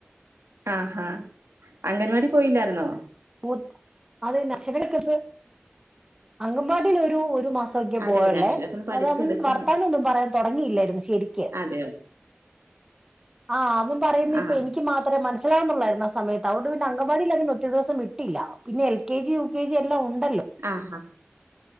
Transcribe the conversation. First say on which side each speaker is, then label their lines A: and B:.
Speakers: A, on the right; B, on the right.
A: ആഹാ അംഗൻവാടി പോയില്ലായിരുന്നോ
B: മൂത് അതെന്നെ അക്ഷരം കിട്ടിയോട്ത് അങ്കൻമ്പാടീൽ ഒരു ഒരു മാസം ക്കൊ
A: അതെ
B: പോയൊള്ളേ
A: അതെ അക്ഷരൊക്കെ ഒന്ന് പഠിച്ചെടുക്കണം
B: അത് അവൻ വർത്താനം ഒന്നും പറയാൻ തുടങ്ങിയില്ലായിരുന്നു ശെരിക്ക്
A: അതെയൊ
B: ആഅവൻ പറയുന്നിപ്പൊ
A: ആഹ്
B: എനിക്ക് മാത്രേ മനസ്സിലാവുന്നൊള്ളായിരുന്നു ആ സമയത്ത് അതൊണ്ട് പിന്നെ അംഗൻവാടിലങ്ങനെ ഒറ്റ ദിവസം വിട്ട് ട്ടില്ല പിന്നെ L K G U K G എല്ലാം ഉണ്ടല്ലോ
A: ആഹ് ആഹ്